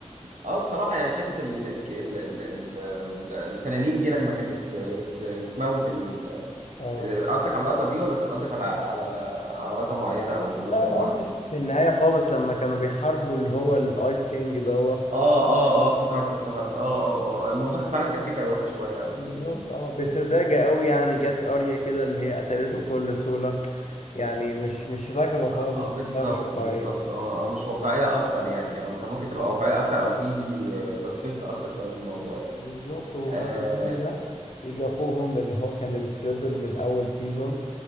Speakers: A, on the right; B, on the left.
A: اه بصراحة يعني حتة ال... ال... ال... ال... ال- التنانين دي لما كانت بت... بتموت ال...
B: اه
A: قصدك على اللقطة دي ولا كان قصدك على على على لقطة معينة أو مشهد
B: لا انا
A: معين؟
B: قصدي في في النهاية خالص لما كانوا بيحاربوا اللي هو الايس كينج دوت
A: اه اه اه افتكرت افتكرت اه اه اه اه، الموضوع فعلا كان فيه كرواتة شوية أو
B: بالظبط
A: فيه
B: اه بسذاجة قوي يعني جت اريا كده اللي هي قتلته بكل سهولة يعني مش مش راكبة خالص
A: آه آه، بالظبط
B: حاسها مش واقعية
A: بالظبط اه اه مش واقعية أكتر يعني أو كان ممكن تبقى واقعية أكتر أو فيه سسبنس أكتر شوية في الموضوع يعني
B: بالظبط وبعد
A: آه
B: كل ده يجي اخوهم اللي هو كان الكريبل من اول سيزون